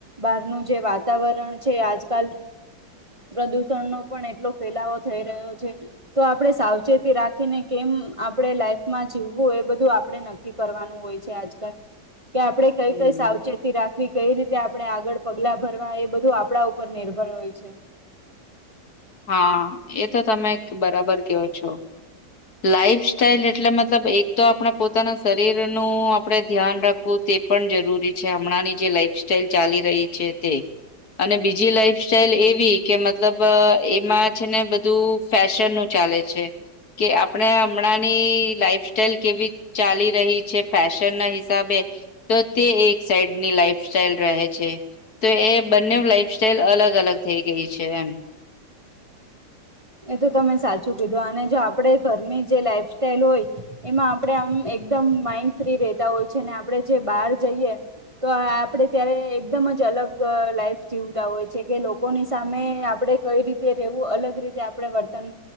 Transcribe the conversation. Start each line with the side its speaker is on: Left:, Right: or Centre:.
Right: બહારનું જે વાતાવરણ છે આજકાલ
Left: <unintelligible>
Right: પ્રદૂષણનો પણ એટલો ફેલાવો થઈ રહ્યો છે તો આપણે સાવચેતી રાખીને કેમ આપણે લાઈફ માં જીવવું એ બધું આપણે નક્કી કરવાનું હોય છે આજકાલ કે આપડે કઈ
Left: હમ
Right: કઈ સાવચેતી રાખવી કઈ રીતે આપણે આગળ પગલા ભરવા એ બધું આપણા ઉપર નિર્ભર હોય છે.
Left: હા એ તો તમે બરાબર કેહો છો. લાાઈફ સ્ટાઈલ એટલે મતલબ એક તો આપણે પોતાના શરીર નું આપડે ધ્યાન રાખવું. તે પણ જરૂરી છે હમણાંની જે લાઈફસ્ટાઈલ ચાલી રહી છે તે અને બીજી લાઈફ સ્ટાઈલ એવી કે મતલબ એમાં છે ને બધું ફેશન નું ચાલે છે કે આપણે હમણાં ની લાઈફ સ્ટાઈલ કેવી ચાલી રહી છે ફેશન ના હિસાબે તો તે એક સાઈડની લાઈફ સ્ટાઈલ રહે છે તો એ બંને લાઈફ સ્ટાઈલ અલગ અલગ થઈ ગઈ છે એમ.
Right: એ તો તમે સાચું કીધું અને જો આપણે ઘરની જે લાઈફ સ્ટાઈલ હોય એમાં આપડે આમ એકદમ માઈન્ડ ફ્રી રેતા હોય છે અને આપડે જે બહાર જઈએ તો આપડે ત્યારે એકદમ જ અલગ લાઈફ જીવતા હોય છે કે લોકોની સામે આપણે આપડે કઈ રીતે રવું અલગ રીતે આપ ણે વર્તન